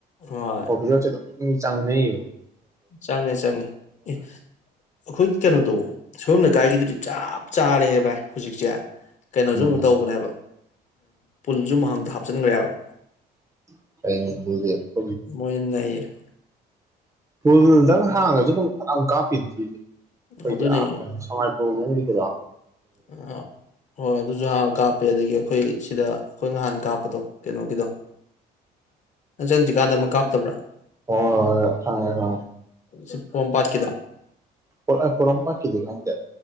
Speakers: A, on the left; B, on the right.
A: ꯍꯣꯏ
B: ꯀꯣꯐꯤ ꯁꯣꯞꯁꯤ ꯑꯗꯨꯝ ꯆꯪꯅꯩꯕꯥ
A: ꯆꯪꯉꯦ ꯆꯪꯉꯦ ꯑꯦ ꯑꯩꯈꯣꯏꯒꯤ ꯀꯩꯅꯣꯗꯣ ꯁꯣꯏꯕꯥꯝ ꯂꯩꯀꯥꯏꯒꯤ ꯗꯨꯗꯤ ꯆꯞ ꯆꯥꯔꯦ ꯚꯥꯏ ꯍꯧꯖꯤꯛꯁꯦ ꯀꯩꯅꯣꯁꯨ
B: ꯎꯝ
A: ꯑꯃꯨꯛ ꯇꯧꯕꯅꯦꯕ ꯄꯨꯜꯁꯨ ꯃꯍꯥꯡꯗ ꯍꯥꯞꯆꯤꯟꯈ꯭ꯔꯦꯕ <inaudible>
B: ꯀꯗꯤ <inaudible>
A: ꯃꯣꯏꯅꯥ ꯅꯩꯔꯦ꯫
B: ꯐꯨꯜꯗꯪ ꯍꯥꯡꯉꯁꯨ ꯑꯗꯨꯝ ꯐꯅꯥꯌꯝ ꯀꯥꯞꯄꯤꯗꯨꯗꯤ ꯑꯩꯈꯣꯏꯒꯤ
A: ꯑꯗꯨꯅꯤ
B: ꯑꯁ ꯀꯩꯅꯤ ꯁꯥꯉꯥꯏ <inaudible> ꯇꯅꯣꯡꯕꯤꯗꯗꯥ <inaudible>
A: ꯑ ꯍꯣꯏ ꯑꯗꯨꯖꯨ ꯍꯥꯔ ꯀꯥꯞꯄꯦ ꯑꯗꯒꯤ ꯑꯈꯣꯏ ꯁꯤꯗ ꯑꯈꯣꯏ ꯅꯍꯥꯟ ꯀꯥꯞꯄꯗꯣ ꯀꯩꯅꯣꯒꯤꯗꯣ ꯅꯪ ꯆꯪꯗ꯭ꯔꯤꯀꯥꯟꯗ ꯑꯃꯨꯛ ꯀꯥꯞꯇꯕ꯭ꯔꯥ
B: ꯑꯣ ꯈꯪꯉꯦ ꯈꯪꯉꯦ
A: ꯁꯤ ꯄꫭꯝꯄꯥꯠꯀꯤꯗ
B: ꯑꫭ ꯑ ꯄꫭꯔꫭꯝꯄꯥꯠ ꯀꯤꯗꯤ ꯈꯪꯗꯦ